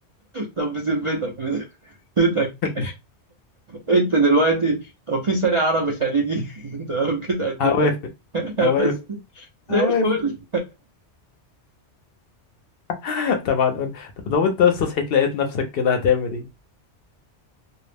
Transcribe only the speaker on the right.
طب بذمتك بذمتك
انت دلوقتي لو في ثاني عربي خليجي <laughs> تمام كده اقدم
لك <laughs>
بس زي
الفل